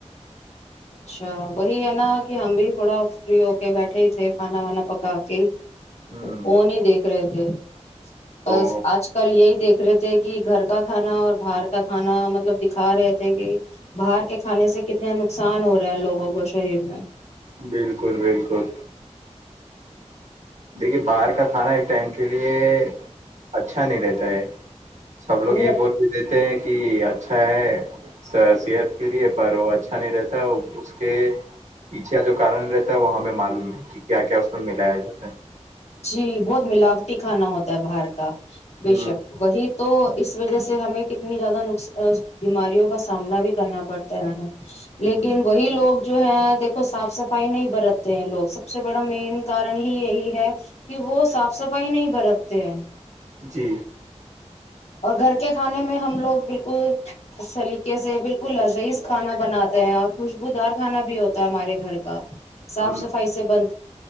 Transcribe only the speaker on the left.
اچھا وہی ہے نا کہ ہم بھی تھوڑا فری ہو کے بیٹھے ہی تھے کھانا وانا پکا کے
تو وہ نہیں دیکھ رہے تھے
بس آج کل یہی دیکھ د رہے تھے کہ گھر کا کھانا اور باہر کا کھانا مطلب دکھا رہے تھے کہ باہر کے کھانے سے کتنے نقصان نقصان ہو رہا ہے لوگوں کو شریر میں
میں
جی بہت ملاوٹی کھانا ہوتا ہے باہر کا بے
شک وہی تو اس وجہ سے ہمیں کتنی زیادہ ن بیماریوں کا سامنا بھی کرنا پڑتا ہے
لیکن وہی لوگ جو ہے دیکھو صاف صفائی نہیں برتتے ہیں لوگ سب سے بڑا مین کارن ہی یہی ہے کہ وہ صاف صفائی نہیں برتتے ہیں
اور گھر کے کھانے میں ہم لوگ بالکل سلیقے سے بالکل لذیز کھانا بناتے ہیں اور خوشبودار کھانا بھی ہوتا ہے ہمارے گھر کا صاف
صفائی سے بن